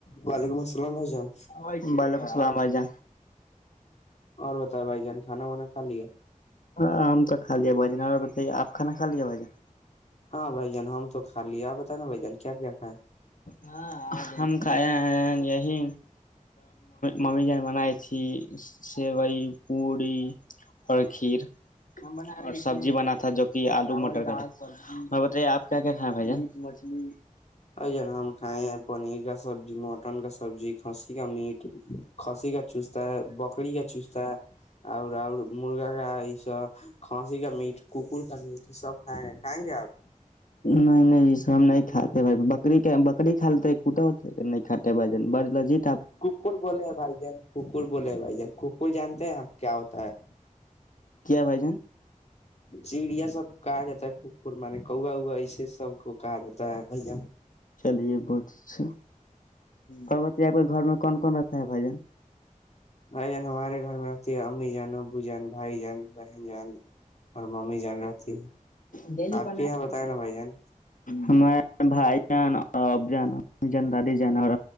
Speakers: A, on the left; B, on the left.
A: وعلیکم السلام بھائی جان
B: وعلیکم السلام بھائی جان
A: اور بتائے بھائی جان کھانا وانا کھا لیا
B: ہاں ہم تو کا لیا بھجن اور بتائیے آپ کانا کھا لیا بھجن
A: ہاں بھائی جان ہم چوک خال لی آپ بت نا بھ جان کیا کائے
B: ہاں ہم کھائے ہیں یہی ممی ج بنائے تھی سیوئی پوڑی اور کھیر اور سبزی بنا تھا جو کہ آلو مٹر کا تھا میں بتائیے آپ کیا کیا کھائے بھائی جان مچھلی
A: ا جا ہم کھائے ہیں پنیر کا سبزی مو کٹن کا سبزی کھسی کا میٹ کھسی کا چوستتا ہے بکری کا چوستتا ہے اوراؤ مرگا کا س کھانسی کا میٹ ککر کا میٹ سب کھ ہ گے آپ <inaudible>
B: نہیں نہیں یہ سامنے کات بکر بکریا لیتے تو کٹا ہو نہیں کھٹے بھ بڑ لذیت
A: ککر بولے ہیں بھائی جان ککر بولے ہیں بھائی جان ککر جانتے ہیں آپ کیا ہوتا ہے
B: کیا بھائی جان
A: چڑیا سب کہا جاتا ہے کک مان کوا اا ایسے سب کو کہا جاتا ہے بھیا
B: چلیے بہت اچھا اور بتے گھر میں کون کون رہتا ہے بھائی جان
A: ہائی جان ہمارے گھر میں رہتی ہے امی جان ابو جان بھائی جان بہن جان اور ممی جان رہتی ہے
B: ڈ
A: آپ
B: ب
A: کے یہاں بتائے نا بھائی جان
B: ہمار بھائی ا جان جان دادی ج اور